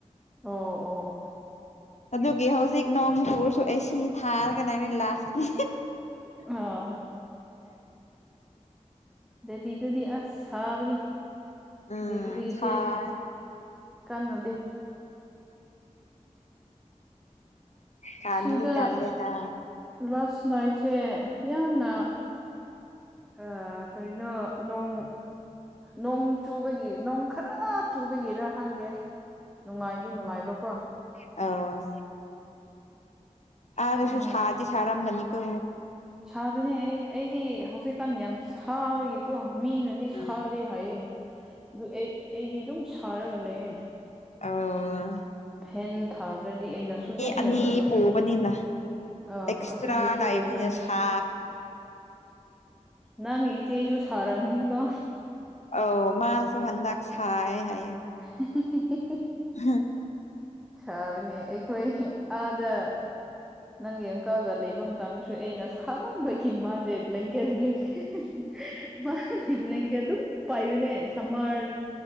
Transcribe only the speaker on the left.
ꯑꯗꯨꯒꯤ ꯍꯧꯖꯤꯛ ꯅꯣꯡ ꯆꯨꯔꯁꯨ ꯑꯦ ꯁꯤ ꯊꯥꯔꯒꯅ ꯑꯩꯅ ꯂꯥꯁꯀꯤ
ꯎꯝ
ꯁꯥꯏ
ꯇꯟꯗꯤ
ꯇꯜꯂꯦꯗ
ꯑꯧ ꯑꯥꯗꯁꯨ
ꯁꯥꯗꯤ ꯁꯔꯝ ꯒꯅꯤ ꯀꯣ
ꯎꯝ
ꯑꯧ
ꯑꯅꯤ
ꯄꯨꯕꯅꯤꯅ
ꯑꯦꯛꯁꯇ꯭ꯔꯥ
ꯂꯩꯕꯅꯤꯅ
ꯁꯥ
ꯑꯧ ꯃꯥꯖꯨꯍꯥꯟꯗꯛ ꯁꯥꯏ ꯍꯥꯏꯌꯦ
ꯍꯥꯝ